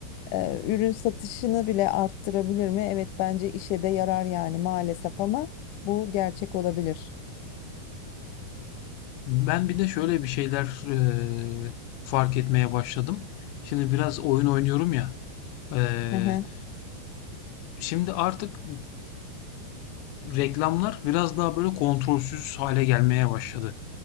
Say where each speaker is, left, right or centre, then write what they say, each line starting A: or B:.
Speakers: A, on the left; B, on the left.
A: E, ürün satışını bile arttırabilir mi? Evet bence işe de yarar yani maalesef ama bu gerçek olabilir.
B: Ben bir de şöyle bir şeyler eee, fark etmeye başladım. Şimdi biraz oyun oynuyorum ya. eee,
A: Hı hı.
B: şimdi artık reklamlar biraz daha böyle kontrolsüz hale gelmeye başladı.